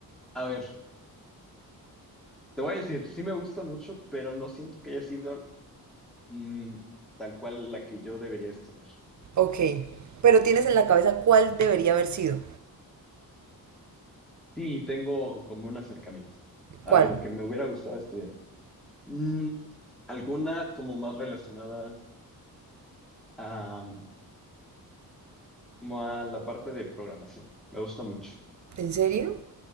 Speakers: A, in the centre; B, on the right (about 50°).
A: a ver, te voy a decir, sí me gusta mucho, pero no siento que haya sido mm, tal cual la que yo debería estudiar.
B: Ok, pero tienes en la cabeza cuál debería haber sido.
A: Sí, tengo como un acercamiento a
B: ¿Cuál?
A: lo que me hubiera gustado estudiar. Mm, alguna como más relacionada a como a la parte de programación. Me gusta mucho.
B: ¿En serio?